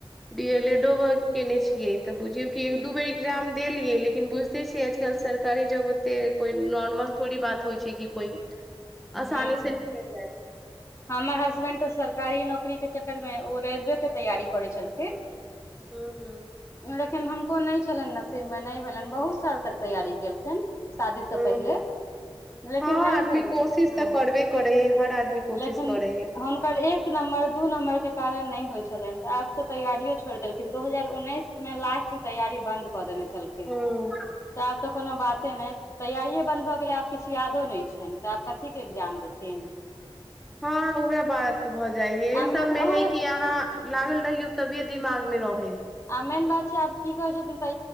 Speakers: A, in the centre; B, on the left (about 30°).
A: डी एल ए डो ब केयने छियै तऽ बुझियौ कि एक दू बेर एग्जाम द लियै लेकिन बुझिते छियै आजकल सरकारी जब ओते कोइ नॉर्मल थोड़ी बात होइ छै कि कोइ आसानी
B: ह
A: से निकल जायत
B: हमर हसबैंड तऽ सरकारी नौकरीके चक्करमे, ओ रेलवेके तैयारी करै छलखिन
A: हँ ह
B: लेकिन हको नहि छलनि नसीब मे नहि भेलनि बहुत साल तक तैयारी केलखिन शादी से
A: ह
B: पहिले लेकिन
A: हँ
B: नहि
A: आदमी
B: भेल
A: कोशिश
B: हँ
A: तऽ करबे करै ह हर आदमी कोशिश
B: लेकिन
A: करै हइ
B: हुनकर एक नम्बर दू नम्बर के कारण न होय छलनि तऽ आब तऽ तैयारियो छोड़िेलखिनू हजार उन्नैस मे लास्ट ओ तैयारी बन्द कर कऽ देने छलखिन
A: हूँ
B: तऽ तऽ कोनो बात ते ने तैयारिये बंन्द भऽ गेलै आब किछु यादो नहि छनि तऽ आब कथीक के एकग्जाम देथिन
A: हँ उएह बात भऽ जाइ है एहि
B: आब
A: सबमे
B: हमर
A: है कि अहाँ लागल रहहि ओ तभिये दिमाग मे रहे
B: आ मेन बात छै आब की करै छथिन तै